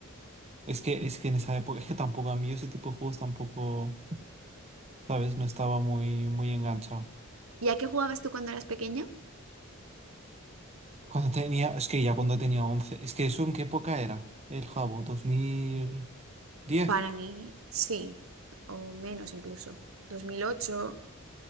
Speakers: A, on the right (about 30°); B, on the right (about 75°).
A: Es que, es que en esa época, es que tampoco a mí ese tipo de juegos tampoco, ¿sabes? No estaba muy, muy enganchado.
B: ¿Y a qué jugabas tú cuando eras pequeña?
A: Cuando tenía, es que ya cuando tenía 11, es que eso en qué época era? El Jabo, dos mil diez.
B: Para mí, sí, o menos incluso. dos dos mil ocho